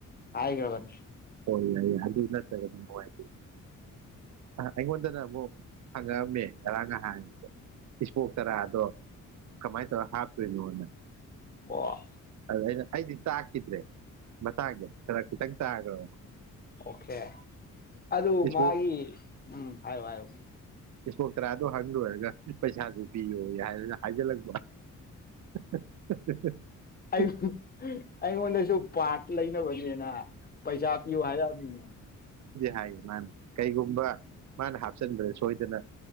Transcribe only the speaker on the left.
ꯍꯥꯏꯈ꯭ꯔꯕꯅꯤ
ꯑꯣ
ꯑꯣꯀꯦ ꯑꯗꯨ
ꯃꯥꯒꯤ ꯎꯝ ꯍꯥꯏꯌꯨ ꯍꯥꯏꯌꯨ
ꯑꯩꯌꯨ ꯍ ꯑꯩꯉꯣꯟꯗꯁꯨ ꯄꯥꯠ ꯂꯩꯅꯕꯅꯤꯅ ꯄꯩꯁꯥ ꯄꯤꯌꯨ ꯍꯥꯏꯔꯛꯑꯅꯤꯅꯦ